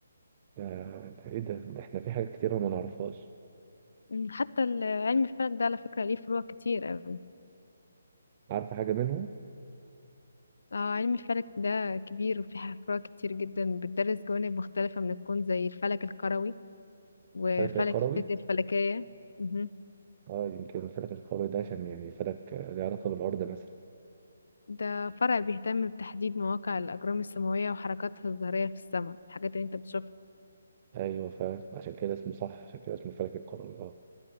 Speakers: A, on the right (about 35°); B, on the left (about 70°).
A: ده, ده ايه ده ده احنا في حاجات كتيرة ما نعرفهاش
B: أمم. حتى ال- علم الفلك ده على فكرة ليه فروع كتير أوي
A: عارفة حاجة منهم
B: اه علم الفلك ده كبير وفيه فروع كتير جدا بتدرس جوانب مختلفة من الكون زي الفلك الكروي وفلك
A: الفلك الكروي
B: الفيزياء الفلكية مهم.
A: اه يمكن الفلك الكروي ده عشان يعني فلك آه، له علاقة بالأرض مثلا
B: ده فرع بيهتم بتحديد مواقع الأجرام السماوية وحركاتها الظاهرية في السماء الحاجات اللي انت بتشوفها
A: ايوه فعشان كده اسمه صح عشان كده اسمه الفلك الكروي اه